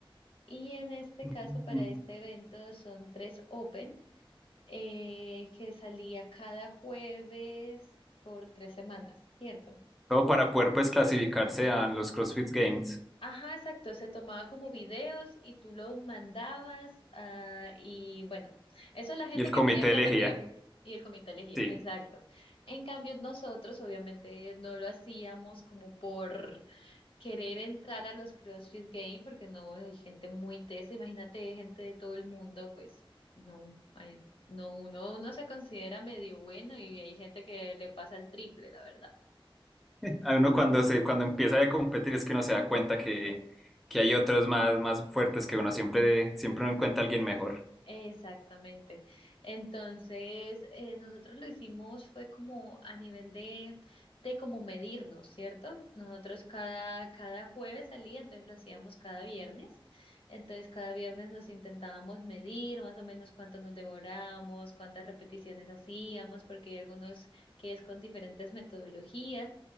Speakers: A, on the left (about 70°); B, in the centre.
A: Y en este
B: Mm.
A: caso, para este evento son tres Open eh, que salía cada jueves por tres semanas, ¿cierto?
B: Todo para poder pues clasificarse a los CrossFit Games
A: Ajá, exacto. Se tomaba como videos y tú los mandabas. ah, y bueno, eso es la gente
B: y el
A: que
B: comité
A: quería competir
B: elegía.
A: y el comité elegía.
B: Sí.
A: Exacto. En cambio, nosotros obviamente no lo hacíamos como por querer entrar a los CrossFit Games porque no hay gente muy tesa. Imagínate gente de todo el mundo, pues no, ay, no uno, uno se considera medio bueno y hay gente que le pasa el triple, la verdad.
B: A uno cuando se, cuando empieza a competir es que uno se da cuenta que, que hay otros más, más fuertes que uno siempre, siempre uno encuentra a alguien mejor.
A: Exactamente. Entonces, eh, nosotros lo hicimos fue como a nivel de, de como medirnos, ¿cierto? Nosotros cada, cada jueves salía, entonces lo hacíamos cada viernes. Entonces, cada viernes nos intentábamos medir más o menos cuánto nos devorábamos, cuántas repeticiones hacíamos, porque hay algunos que es con diferentes metodologías.